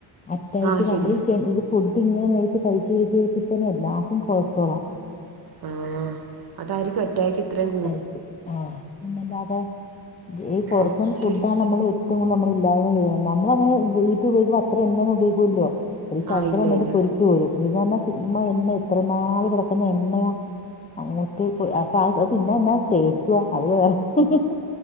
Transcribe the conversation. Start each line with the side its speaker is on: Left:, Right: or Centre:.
Left: അറ്റാക്ക്
Right: ആ
Left: ഞമ്മള്
Right: ശരിയാ
Left: വിചാരി ഇ ഫുഡ് ഇങ്ങനെ കയിച് കയിച് കയ്ച്ചച്ചു ഇപ്പം എല്ലാർക്കും കൊളസ്ട്രോളാ.
Right: ആ അതാരിക്കും അറ്റാക്ക് ഇത്രേം
Left: കഴിക്കും ആഹ് പിന്നെല്ലാതെ ഈ പൊറത്ത്ന്ന്‌
Right: ഒത്തിരി
Left: ഫുഡങ്ങനെ നമ്മള് എറ്റവും കൂടുതല് നമ്മള് ഇല്ലായ്മ ചെയ്യ്യ ഞമ്മള് അങ്ങനെ വീട്ടി ഉപയോഗിക്കുന്ന അത്ര എണ്ണയൊന്നും ഉപയോഗിക്കൂലല്ലോ ഒരു <unintelligible>
Right: ആ ഇല്ല
Left: ഉണ്ടെങ്കി
Right: ഇല്ല
Left: പൊരിച്ചു കോരും ഇതന്ന് പറഞ്ഞാ ചുമ്മാ എണ്ണ എത്ര നാള് കെടക്കുന്ന എണ്ണയാ അങ്ങോട്ട് പ് ആ പാ ആ അത് തിന്നാൻ എന്നാ ടേസ്റ്റിയാ അത് വേറെ <unintelligible>